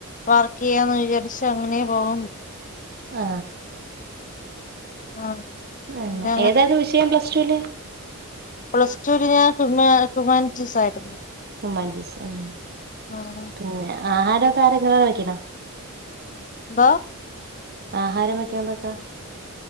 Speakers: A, on the left; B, on the right.
A: വർക്ക് ചെയ്യാന്ന് വിചാരിച്ച അങ്ങനേ പോകുന്ന്
B: ആ
A: ആഹ്
B: ന്നങ്ങേ
A: പിന്നെ
B: ഏതായിരുന്നു വിഷയം പ്ലസ് ടുല്
A: പ്ലസ്ടുവില് ഞാൻ ഹ്യുമാ ഹ്യൂമാനിറ്റീസ് ആയിരുന്നു
B: ഹ്യുമാറ്റീസ് ഉം
A: ആഹ്
B: പിന്നെ ആഹാരൊ കാര്യങ്ങളോ <unintelligible>
A: ബ
B: ആഹാരം വെക്കാൻ എന്തൊക്ക